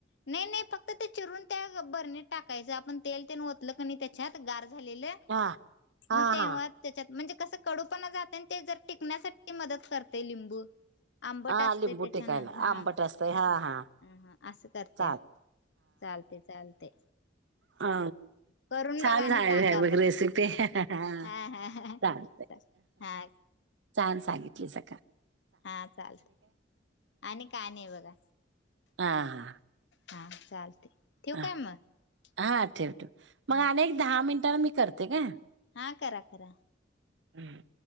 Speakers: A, on the left; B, on the right.
A: नाही नाही फक्त ते चिरून त्या भरणीत टाकायच आप तेल तेन ओतल कनी तेच्यात झालेले
B: हा हा
A: मग तेव्हा
B: हा
A: तेच्यात कस कडूपणा जात ते जर टिकण्यासाठी कती मदत करते लिंबू आंबट
B: हा
A: असते
B: लिंबू
A: त्याच्यान
B: टिकायला
A: हा
B: आंबट असतंय हा हा
A: ह असं करत्या
B: चाल
A: चालते चालते
B: ह
A: करून
B: छान
A: बघा आणि
B: झालय
A: सांगा
B: बघ
A: मग
B: रेसिपी चाल
A: हा हा हा हा
B: छान सांगितले सगळ का
A: हा चालत आणि का नाही बघा
B: हा हा
A: हां चालते ठेऊ
B: हा
A: काय मग
B: हा ठेव ठेव. मग
A: हा
B: अनेक एक दहा मिनिट. नंतर मी करते काय?
A: हा करा करा.
B: हम्म